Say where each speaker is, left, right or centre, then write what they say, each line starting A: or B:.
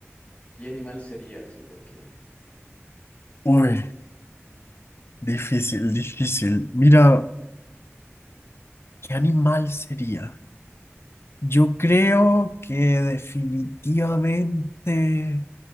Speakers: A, on the left (about 35°); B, on the left (about 55°).
A: ¿qué animal serías y por qué?
B: Uy, difícil, difícil. Mira, ¿qué animal sería? Yo creo que definitivamente